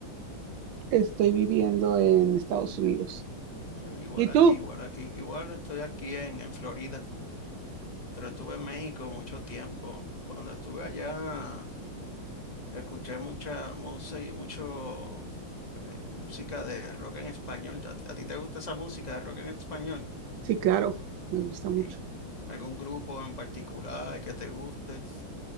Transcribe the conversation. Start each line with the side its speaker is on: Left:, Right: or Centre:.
Right: estoy viviendo en Estados Unidos.
Left: Ah, igual
Right: ¿Y tú?
Left: aquí, igual aquí, igual estoy aquí en, en Florida, pero estuve en México mucho tiempo. Cuando estuve allá, escuché mucha música, mucho eh, música de rock en español. ¿A, a ti te gusta esa música de rock en español?
Right: Sí, claro, me gusta mucho.
Left: ¿Y algún grupo en particular que te guste?